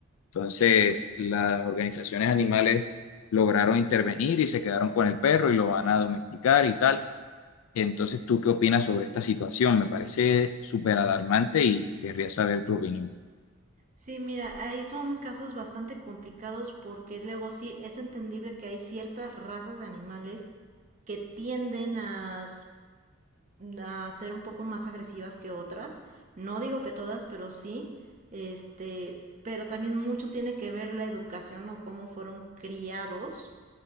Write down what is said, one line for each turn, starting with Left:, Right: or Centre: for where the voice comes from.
Left: Entonces, las organizaciones animales lograron intervenir y se quedaron con el perro y lo van a domesticar y tal. Entonces, ¿tú qué opinas sobre esta situación? Me parece súper alarmante y querría saber tu opinión
Right: Sí, mira, ahí son casos bastante complicados porque luego sí es entendible que hay ciertas razas de animales que tienden a s- a ser un poco más agresivas que otras. No digo que todas, pero sí. Este, pero también mucho tiene que ver la educación o cómo fueron criados.